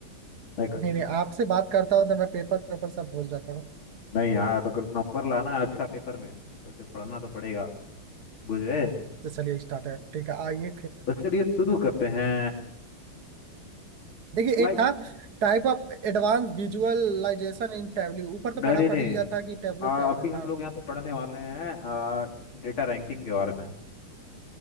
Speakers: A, on the left; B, on the right.
A: लाइक अच्छे
B: नहीं नहीं
A: नंबर
B: आपसे बात करता हूँ तो मैं पेपर पेपर सब भूल जाता हूँ
A: नहीं यार अगर नंबर लाना है अच्छा पेपर में तो फिर पढ़ना तो पड़ेगा बुझे
B: तो चलिए स्टार्ट है ठीक है आइए फिर
A: तो चलिए शुरू करते हैं
B: देखिए
A: Like,
B: एक था type of advance visualization in Tableau ऊपर तो
A: नहीं
B: पढ़ा
A: नहीं नहीं
B: पढ़ ही लिया था कि टैबल्यू
A: आ,
B: क्या होता
A: अभी
B: है
A: हम
B: हाँ
A: लोग यहाँ पे पढ़ने वाले हैं आ, डेटा रैंकिंग के बारे में